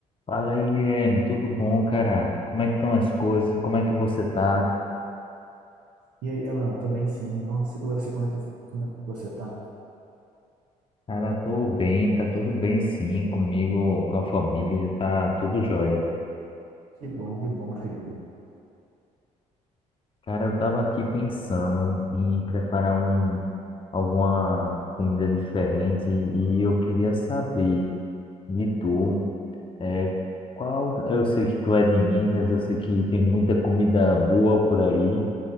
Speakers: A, on the left (about 35°); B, on the right (about 75°).
A: Fala aí, Guilherme, tudo bom, cara? Como é que estão as coisas? Como é que você tá?
B: E aí, Alan, tô bem sim. Nossa, e com você, como é que, como é que você tá?
A: Cara, tô bem, tá tudo bem sim, comigo, com a família, tá tudo jóia.
B: Que bom, que bom, meu querido.
A: Cara, eu tava aqui pensando em preparar um, alguma comida diferente e eu queria saber de tu, é, qual, eu sei que tu é de Minas, eu sei que tem muita comida boa por aí,